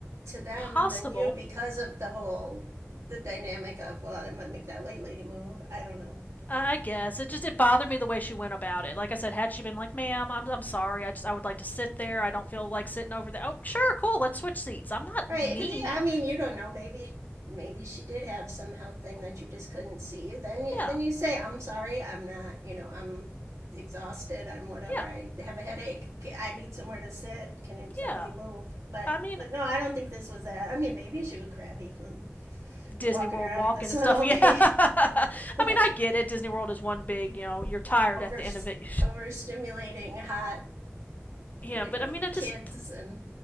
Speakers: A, on the right (about 85°); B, on the left (about 35°).
A: to them
B: possible
A: than you because of the whole the dynamic of, well, I'm gonna make that white lady move. I don't know.
B: I guess it just it bothered me the way she went about it. Like I said, had she been like, "Ma'am, I'm I'm sorry. I just I would like to sit there. I don't feel like sitting over there." Oh, sure, cool. Let's switch seats. I'm not
A: Right,
B: mean.
A: because yeah, I mean, you don't know. Maybe maybe she did have some health thing that you just couldn't see. Then you,
B: Yeah,
A: then you say, "I'm sorry, I'm not. You know, I'm exhausted. I'm whatever.
B: yeah,
A: I have a headache. I need somewhere to sit. Can somebody
B: yeah.
A: move?" But
B: I mean,
A: but no, I don't think this was that. I mean, maybe she was crabby from
B: Disney
A: walking
B: World
A: around
B: walking
A: in the sun
B: and stuff.
A: all
B: Yeah.
A: day,
B: <laughs> I
A: <laughs> but
B: mean, I get it. Disney World is one big. You know, you're tired
A: over
B: at the end of it.
A: overstimulating hot,
B: <laughs> yeah,
A: you
B: but
A: know,
B: I mean, I just
A: kids and